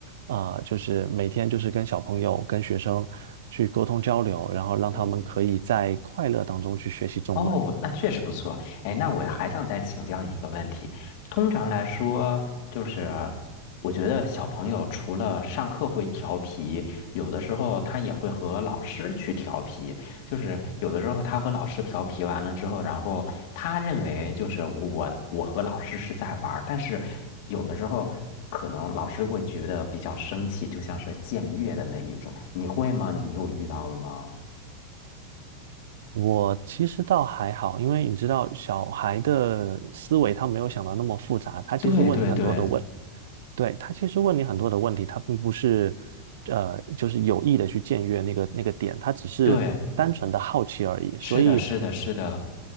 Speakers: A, on the right (about 55°); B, on the left (about 45°).
A: 啊、就是每天就是跟小朋友、跟学生去沟通交流，然后让他们可以在快乐当中去学习中文。
B: 嗯，哦，那确实不错。哎，那我还想再请教你一个问题。通常来说，就是我觉得小朋友除了上课会调皮，有的时候他也会和老师去调皮。就是有的时候他和老师调皮完了之后，然后他认为就是我我和老师是在玩儿，但是有的时候可能老师会觉得比较生气，就像是僭越的那一种。你会吗？你有遇到了吗？
A: 我其实倒还好，因为你知道小孩的思维他没有想到那么复杂，他其实问你很多的问
B: 对对对
A: 对，他其实问你很多的问题，他并不是，呃，就是有意的去僭越那个那个点，他只是单纯的好奇而已。
B: 对。
A: 所以，
B: 是的，是的，是的。